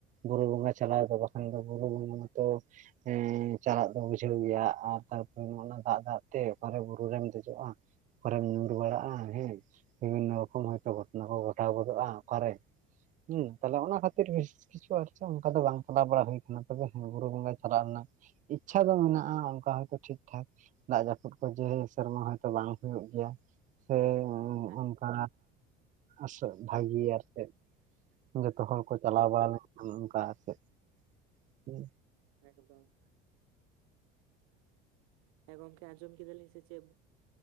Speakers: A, on the right; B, on the right.
A: ᱵᱩᱨᱩ ᱵᱚᱸᱜᱟ ᱪᱟᱞᱟᱣ ᱫᱚ ᱵᱟᱠᱷᱟᱱ ᱫᱚ ᱵᱩᱨᱩ ᱵᱚᱸᱜᱟ ᱢᱟ ᱛᱚ ᱮᱸ ᱪᱟᱞᱟᱜ ᱫᱚ ᱵᱩᱡᱷᱟᱹᱣ ᱜᱮᱭᱟ ᱟᱨ ᱛᱟᱨᱯᱚᱨᱮ ᱱᱚᱜᱼᱱᱟ ᱫᱟᱜ ᱫᱟᱜ ᱛᱮ ᱚᱠᱟ ᱨᱮ ᱵᱩᱨᱩ ᱨᱮᱢ ᱫᱮᱡᱚᱜᱼᱟ᱾ ᱚᱠᱟ ᱨᱮᱢ ᱧᱩᱨ ᱵᱟᱲᱟᱜᱼᱟ ᱦᱮᱸ ᱵᱤᱵᱷᱤᱱᱱᱚ ᱨᱚᱠᱚᱢ ᱦᱚᱭᱛᱳ ᱜᱷᱚᱴᱚᱱᱟ ᱠᱚ ᱜᱷᱚᱴᱟᱣ ᱜᱚᱫᱚᱜᱼᱟ ᱚᱠᱟ ᱨᱮ᱾ ᱦᱩᱸ ᱛᱟᱞᱦᱮ ᱚᱱᱟ ᱠᱷᱟᱹᱛᱤᱨ ᱠᱤᱪᱷᱩ ᱟᱨ ᱚᱱᱠᱟ ᱫᱚ ᱵᱟᱝ ᱪᱟᱞᱟᱣ ᱵᱟᱲᱟ ᱦᱩᱭ ᱠᱟᱱᱟ ᱛᱚᱵᱮ ᱦᱮᱸ ᱵᱩᱨᱩ ᱵᱚᱸᱜᱟ ᱪᱟᱞᱟᱜ ᱨᱮᱱᱟᱜ ᱤᱪᱪᱷᱟ ᱫᱚ ᱢᱮᱱᱟᱜᱼᱟ ᱚᱱᱠᱟ ᱦᱚᱭ ᱛᱚ ᱴᱷᱤᱠ ᱴᱷᱟᱠ ᱫᱟᱜ ᱡᱟᱹᱯᱩᱫ ᱠᱚ ᱡᱮ ᱥᱮᱨᱢᱟ ᱦᱚᱭᱛᱚ ᱵᱟᱝ ᱦᱩᱭᱩᱜ ᱜᱮᱭᱟ ᱥᱮ
B: ᱦᱮᱸ
A: ᱚᱱᱠᱟ ᱟᱨ ᱥᱮᱫ ᱵᱷᱟᱹᱜᱤᱭᱟ ᱟᱨ ᱪᱮᱫ ᱡᱚᱛᱚ ᱦᱚᱲ ᱠᱚ ᱪᱟᱞᱟᱣ ᱵᱟᱲᱟ ᱞᱮᱱᱠᱷᱟᱱ ᱚᱱᱠᱟ ᱟᱨ ᱪᱮᱫ᱾ ᱦᱮᱸ᱾
B: ᱮᱠᱫᱚᱢ᱾ ᱮ ᱜᱚᱝᱠᱮ ᱟᱸᱡᱚᱢ ᱠᱮᱫᱟᱞᱤᱧ ᱥᱮᱪᱮᱫ